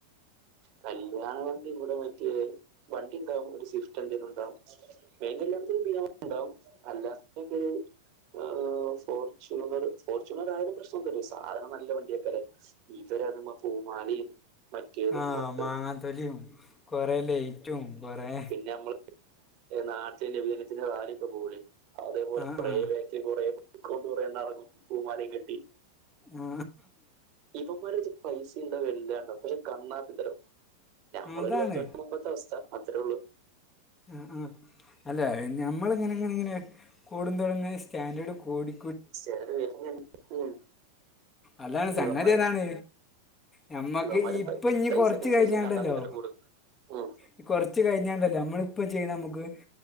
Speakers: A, on the right; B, on the left.
A: കല്ല്യാണ വണ്ടി ഇവിടെ മറ്റിയ വണ്ടി ഉണ്ടാവും ഒരു സ്വിഫ്റ്റ് എന്തെങ്കിലും ഉണ്ടാവും. വേങ്കല്ലാത്ത ഒരു ബിരിയാണി ഉണ്ടാവും അല്ലാത്തതൊക്കെരു ആഹാ ഫോർച്യുണർ ഫോർച്യൂണർ ആയാലും പ്രശ്നം ന്നില്ല. സാധനം നല്ല വണ്ടിയക്കാരം. ഇവരത്‌മേ പൂമാലേം മറ്റേതും
B: ആ
A: മർ
B: മാങ്ങാത്തൊലിയും കുറേ ലെറ്റും കുറേ
A: നമ്മള് നാട്ടിന്റെ വിനത്തിന്റെ കാലൊക്കെ പോകല് അതേപോലെ
B: ആ
A: കുറേവേ
B: ആ
A: കുറെ കുത്തികൊണ്ട് അറങ്ങും പൂമാലെയും കെട്ടി.
B: ആ
A: ഇവമാരട്‌ത്ത് പൈസയും വല്ലാണ്ട പക്ഷെ കണ്ണാപ്പിത്തരം ഞമ്മളൊ
B: അതാണ്
A: ഒരു പത്ത് മുമ്പത്തെ അവസ്ഥ അത്രേ ഉള്ളൂ.
B: ആഹ് ആഹ് അല്ല നഞമ്മളിങ്ങനെ ഇങ്ങന ഇങ്ങനെ കൂടു തുടങ്ങ സ്റ്റാൻഡേർഡ് കൂടി.
A: സ്‌റ്റ്‌യ്ല് വരുന്ന്ണ്ട് ഉം
B: അതാണ് സംഗതി
A: ഇവന്മാര്
B: അതാണ് ഞമ്മക്ക്
A: ഇവന്മാര്
B: ഇപ്പൊ
A: പൈ-
B: ഇനി
A: പൈസക്കനുസരിച്ച്
B: കൊറച്ച് കഴിഞ്ഞാല്ണ്ടല്ലോ
A: കണ്ണാപ്പിത്തരം കൂടും ഉം.
B: ഈ കുറച്ച കഴിഞ്ഞാണ്ടല്ലേ നമ്മളിപ്പം ചെയ്യുന്ന നമുക്ക്